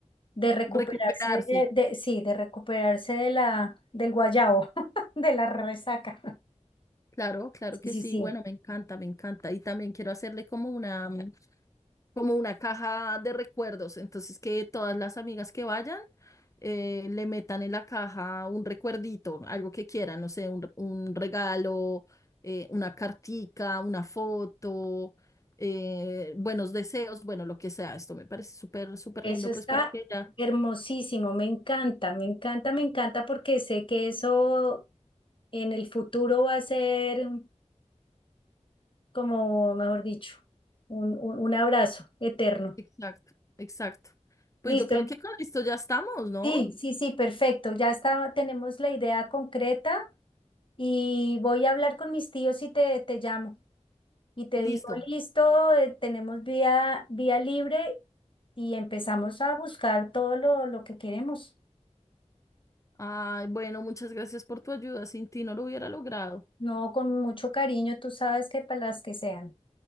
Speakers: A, on the left; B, on the left.
A: de recuperarse
B: Recuperarse.
A: de, de- sí, de recuperarse de la, del guayabo <laughs> de la resaca.
B: Claro, claro
A: Sí,
B: que
A: sí,
B: sí.
A: sí.
B: Bueno, me encanta, me encanta. Y también quiero hacerle como una, como una caja de recuerdos. Entonces, que todas las amigas que vayan eh, le metan en la caja un recuerdito, algo que quieran, no sé, un, un regalo, eh, una cartica, una foto, eh, buenos deseos, bueno, lo que sea. Esto me parece súper, súper
A: Eso
B: lindo,
A: está
B: pues para que ya.
A: hermosísimo, me encanta, me encanta, me encanta porque sé que eso en el futuro va a ser como, mejor dicho, un, un- un abrazo eterno.
B: Exacto, exacto. Pues
A: Listo.
B: yo creo que con esto ya estamos, ¿no?
A: Sí, sí, sí, perfecto. Ya está, tenemos la idea concreta y voy a hablar con mis tíos y te, te llamo. y te
B: Listo.
A: digo, listo, eh, tenemos vía, vía libre y empezamos a buscar todo lo, lo que queremos.
B: Ay, bueno, muchas gracias por tu ayuda. Sin ti no lo hubiera logrado.
A: No, con mucho cariño, tú sabes que para las que sean.